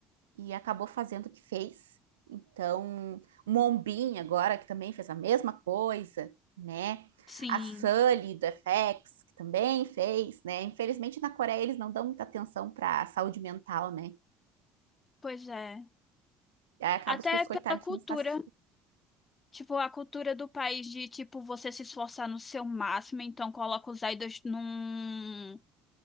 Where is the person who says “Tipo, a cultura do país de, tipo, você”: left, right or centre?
Left